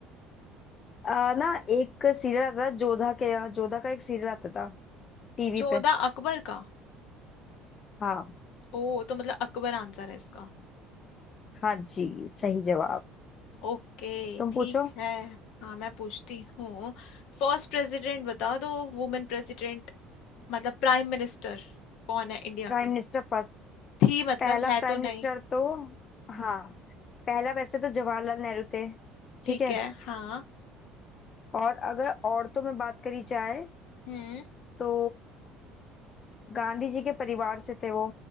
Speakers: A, on the left (about 40°); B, on the left (about 70°).
A: आ, ना एक सीरियल आता था जोधा के यहाँ जोधा का एक सीरियल आता था टीवी
B: जोधा
A: पे
B: अकबर का
A: हाँ
B: ओ तो मतलब अकबर आंसर है इसका
A: हाँ जी सही जवाब
B: ओके
A: तुम
B: ठीक
A: पूछो
B: है हाँ मैं पूछती हूँ फर्स्ट प्रेसिडेंट बता दो वुमेन प्रेसिडेंट मतलब प्राइम मिनिस्टर कौन है इंडिया
A: Prime
B: की
A: minister first
B: थी मतलब
A: पहला
B: है
A: प्राइम
B: तो
A: मिनिस्टर
B: नहीं
A: तो हाँ पहला वैसे तो जवाहरलाल नेहरू थे ठीक
B: ठीक
A: है
B: है हाँ
A: और अगर औरतों में बात करी जाए
B: हम्म
A: तो गांधी जी के परिवार से थे वो